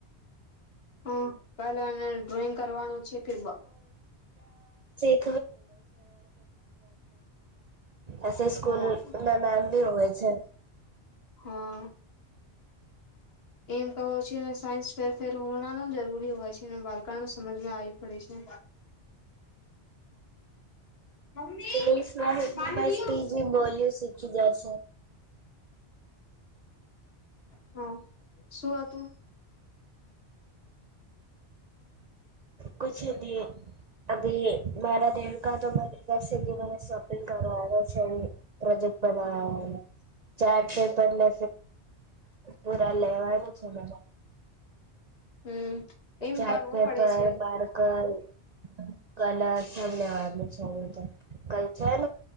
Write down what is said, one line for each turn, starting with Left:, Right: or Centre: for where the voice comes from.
Left: હ પેલા ને ડ્રોઈંગ કરવાનો છે કે બ
Right: <unintelligible> એસે સ્કૂલ
Left: હા
Right: ના ના મ બી હોય છે.
Left: હા એમ કવો છે સાયન્સ ફેરફેર ફેર હોણા જરૂરી હોય છે અને બાળકાણ સમજમાં આવી પડે છે. મમ્મી
Right: ઇંગ્લિશમાં હિન્દીમાં
Left: પાણી દિયો
Right: સ્પીચ બી બોલ્યું શીખી જાય છે.
Left: હા શું હત તું
Right: કછ અને અને ભારત દેવકા તો બને જ મને સોપિલ કરવાનો છે પ્રોજેક્ટ બનાવા ચાર્ટ પેપરે પૂરા લેવાનું છે મ
Left: હમ એમ
Right: ચાર્ટ
Left: કરવો
Right: પેપર
Left: પડે છે
Right: બર્્કર કલરનેવારનું છે કલ્ચર